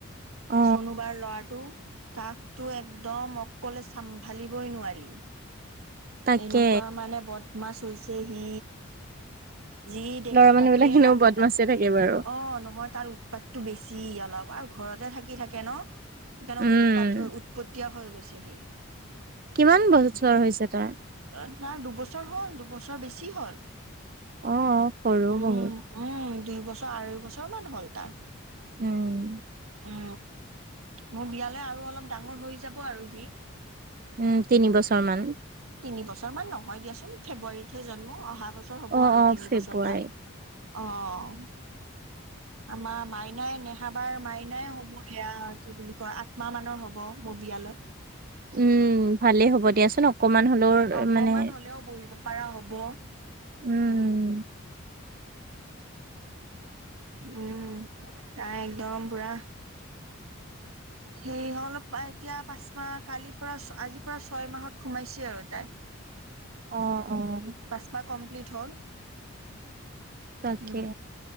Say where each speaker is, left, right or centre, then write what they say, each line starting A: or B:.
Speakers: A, on the right (about 40°); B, on the right (about 80°).
A: অ
B: চনোবাৰ ল'ৰাটো তাকতো একদম অকলে চম্ভালিবই নোৱাৰি।
A: তাকে
B: এনেকুৱা মানে বদমাছ হৈছে সি। যি দেখে
A: ল'ৰা মানুহ
B: তাকেই
A: বিলাক এনেও
B: লাগে
A: বদমাছে
B: তাক
A: থাকে বাৰু।
B: অ নহয় তাৰ উৎপাতটো বেছি অলপ ঘৰতে থাকি থাকে ন সেইকাৰণে
A: উম
B: উৎপাত হৈ উৎপতীয়া হৈ গৈছে সি
A: কিমান বছৰ
B: নাই
A: হৈছে তাৰ?
B: দুবছৰ হ'ল দুবছৰ বেছি হ'ল।
A: অহঁ সৰু
B: উম,
A: বহুত।
B: উম, দুই বছৰ, আঢ়ৈ বছৰ মান হ'ল তাৰ।
A: উম!
B: উম! মোৰ বিয়ালৈ আৰু অলপ ডাঙৰ হৈ যাব আৰু সি।
A: উম! তিনি বছৰমান।
B: তিনি বছৰ মান নহয় দিয়াচোন, ফেব্ৰুৱাৰীতহে জন্ম। অহা বছৰ হ'ব
A: অ
B: আৰু
A: অ
B: তিনি
A: ফেব্ৰুৱাৰীত
B: বছৰ তাৰ। অ'! আমাৰ মাইনাই, নেহা বাৰ মাইনাই হ'ব সেয়া কি বুলি কয়, আঠ মাহ মানৰ হ'ব মোৰ বিয়ালৈ।
A: উম! ভালেই হ'ব দিয়াচোন। অকমান হ'লেও
B: অকমান
A: মানে
B: হ'লেও বহিব পৰা হ'ব।
A: উম! উম!
B: উম! তাই একদম পুৰা সেই অলপ এতিয়া, পাঁচ মাহ, কালিৰ পৰা, আজিৰ পৰা ছয় মাহত সোমাইছে আৰু তাই। <inaudible>
A: অ'! অ'!
B: পাঁচ <unintelligible> হ'ল।
A: তাকে,
B: উম